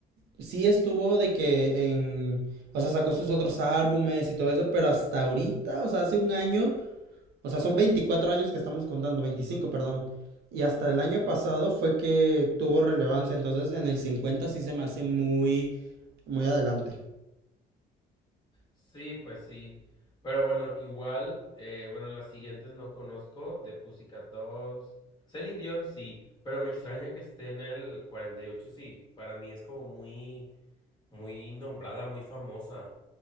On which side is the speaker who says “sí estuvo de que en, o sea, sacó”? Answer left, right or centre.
Right